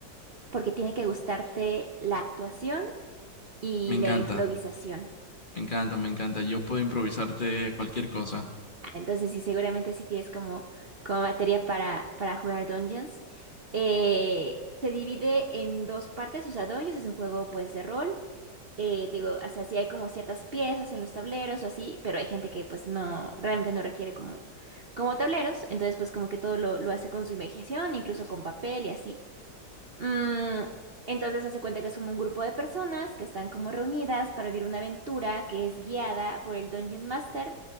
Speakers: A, on the right; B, on the left.
A: porque tiene que gustarte la actuación y
B: Me encanta,
A: la improvisación.
B: me encanta, me encanta. Yo puedo improvisarte cualquier cosa.
A: Entonces, sí, seguramente sí tienes como, como materia para, para jugar Dungeons. Eh, se divide en dos partes, o sea, Dungeons es un juego pues de rol. Eh, te digo, o sea, sí hay como ciertas piezas en los tableros o así, pero hay gente que pues no, realmente no requiere como, como tableros, entonces pues como que todo lo, lo hace con su imaginación, incluso con papel y así. Mm, entonces hace cuenta que somos un grupo de personas que están como reunidas para vivir una aventura que es guiada por el Dungeon Master